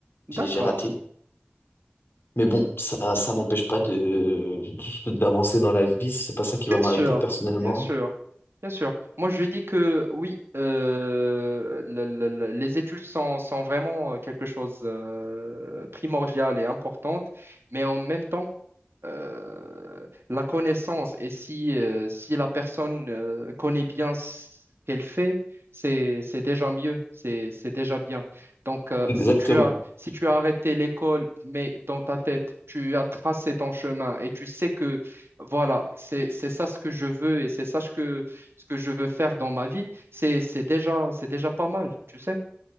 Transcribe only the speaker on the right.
D'accord.
Bien
sûr,
bien sûr, bien sûr. Moi, je dis que oui, euh, le- le- le- les études sont, sont vraiment euh, quelque chose euh, primordial et importante, mais en même temps, euh, la connaissance et si, euh, si la personne euh, connaît bien ce qu'elle fait, c'est, c'est déjà mieux, c'est, c'est déjà bien. Donc, euh,
si tu as, si tu as arrêté l'école, mais dans ta tête, tu as tracé ton chemin et tu sais que, voilà, c'est, c'est ça ce que je veux et c'est ça ce que, ce que je veux faire dans ma vie, c'est, c'est déjà, c'est déjà pas mal, tu sais?